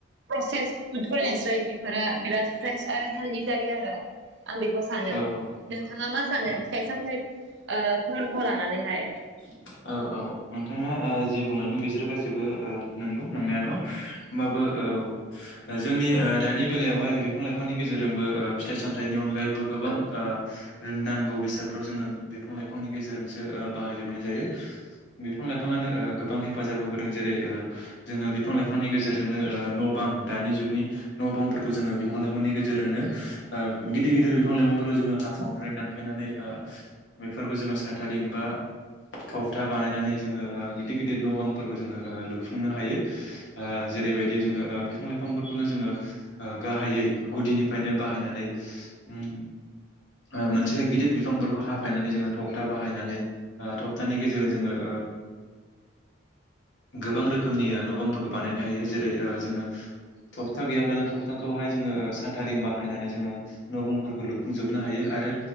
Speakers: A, on the right; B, on the left.
A: प्रसेस फुडफोरनिस्राय बेफोरो
B: औ
A: बिराद फ्रेस आरो हेलदि जायो आरो आं बेखौ सानो
B: औ औ
A: नोंथाङा मा सानो
B: औ
A: फिथाइ सामथाय ओ फोरखौ लानानैहाय?
B: औ औ नोंथाङा ओ जि बुंलांदों बिसोर गासैबो ओ नंगौ नंनायाथ'। होमबाबो औ जोंनि ओ दानि बेलायावहाय बिफां लाइफांनि गेजेरजोंबो ओ फिथाइ सामथाइनि अनगायैबो गोबां ओ‌ नांगौ बेसादफ्राव जोङो बिफां लाइफांनि गेजेरजोंसो ओ बाहायजोबनाय जायो। बिफां लाइफाङानो ओ गोबां हेफाजाब होबोदों जेरै ओ जोङो बिफां लाइफांनि गेजेरजोंनो ओ न' बां दानि जुगनि न' बांफोरखौ जोङो बिफां लाइफांनि गेजेरजोंनो ओ गिदिर गिदिर बिफां लाइफांफोरखौ जोङो हाखावनानै दानफायनानै ओ बेफोरखौ जोङो साथारिं बा थफथा बानायनानै जोङो ओ गिदिर गिदिर न' बांफोरखौ जोङो ओ लुफुंनो हायो ओ जेरैबायदि ओ जोङो बिफां लाइफांफोरखौनो जोङो ओ गाहायै गुदिनिफायनो बाहायनानै उम ओ मोनसे गिदिर बिफांफोरखौ हाफायनानै जोङो थखथा बाहायनानै थक नि गेजेरजों जोङो गोबां रोखोमनि न बांफोरखौ बानायनो हायो जेरै ओ जोङो थपथा गैयाब्लानो थप्थाखौहाय जोङो साथारिं बाहायनानै जोङो न बांफोरखौ लुफुंजोबनो हायो आरो